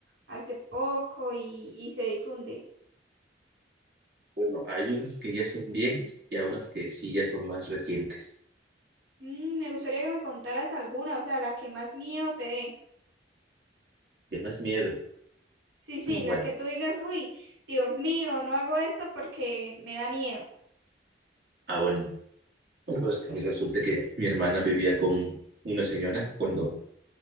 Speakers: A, on the right (about 85°); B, on the right (about 55°).
A: hace poco y, y se difunde?
B: bueno, hay unas que ya son viejas y hay unas que sí ya son más recientes.
A: Mm, me gustaría que me contaras alguna, o sea, la que más miedo te dé.
B: De más miedo.
A: Sí, sí,
B: Mm,
A: la
B: Bueno,
A: que tú digas, uy, Dios mío, no hago esto porque me da miedo.
B: ah, bueno. Bueno, pues que resulta que mi hermana vivía con una señora cuando,